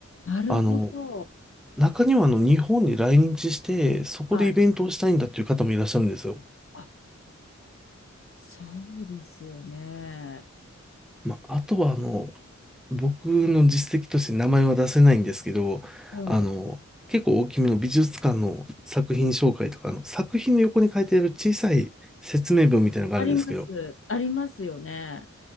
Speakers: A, on the left; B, in the centre.
A: なるほど。
B: あの、中にはあの、日本に来日して、そこでイベントをしたいんだっていう方もいらっしゃるんですよ。
A: はい。あ、そうですよね。
B: まあ、あとはあの、僕の実績として名前は出せないんですけど、
A: はい。
B: あの、結構大きめの美術館の作品紹介とか、あの、作品の横に書いてある小さい説明文みたいなのがあるんですけど、
A: あります。ありますよね。